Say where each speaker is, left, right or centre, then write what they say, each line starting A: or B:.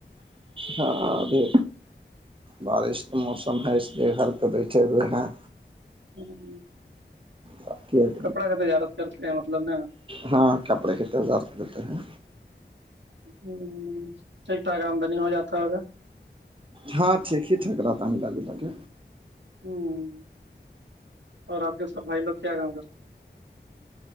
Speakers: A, on the right; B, on the right.
A: ہاں ابھی بارش کا موسم ہے اس لیے گھر پہ بیٹھے ہوئے ہیں
B: ہوں
A: بقی
B: کپڑا کا تجارت کرتے ہیں مطلب نا
A: ہاں کپڑے ک تنے ہزار دیتے ہیں
B: ہ ٹھیک ٹھاک آمدنی ہو جاتا ہوگا
A: ہاں ٹھیک ہی ٹھیک رہاتا ملا جتا کے
B: ہوں اور آپ کے سب بھائی لوگ کیا کام کرتے ہیں